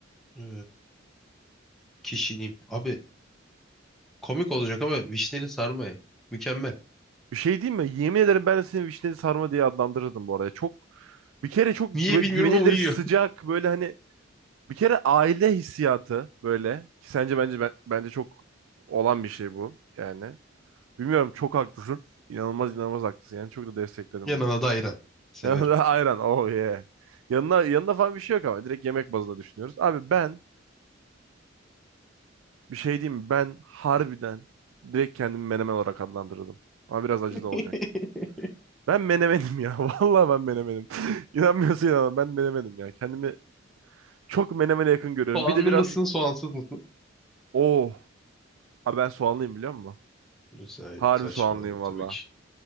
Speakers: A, in the centre; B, on the right.
A: Ee, kişiliğim. Abi Komik olacak ama vişneli sarmaya. Mükemmel.
B: Bir şey diyeyim mi? Yemin ederim ben de seni vişneli sarma diye adlandırırdım bu arada. Çok bir kere çok böyle
A: Niye bilmiyorum
B: güvenilir,
A: ama uyuyor.
B: sıcak böyle hani bir kere aile hissiyatı böyle ki sence bence ben, bence çok olan bir şey bu yani. Bilmiyorum çok haklısın. İnanılmaz inanılmaz haklısın. Yani çok da destekledim
A: <laughs> Yanına
B: bunu.
A: da ayran. Severim.
B: <laughs> Ayran. Oh yeah. Yanına, yanında falan bir şey yok ama. Direkt yemek bazında düşünüyoruz. Abi ben bir şey diyeyim mi? Ben harbiden direkt kendimi menemen olarak adlandırdım. Ama biraz acı
A: <laughs>
B: da olacak. Ben menemenim ya. <laughs> Vallahi ben menemenim. <laughs> İnanmıyorsun ama ben menemenim ya. Kendimi çok menemene yakın görüyorum.
A: Soğanlı
B: Bir de biraz...
A: mısın, soğansız mısın?
B: Oh. Abi ben soğanlıyım biliyor musun?
A: Sa-
B: Harbi
A: Saçmalama
B: soğanlıyım valla.
A: tabii ki.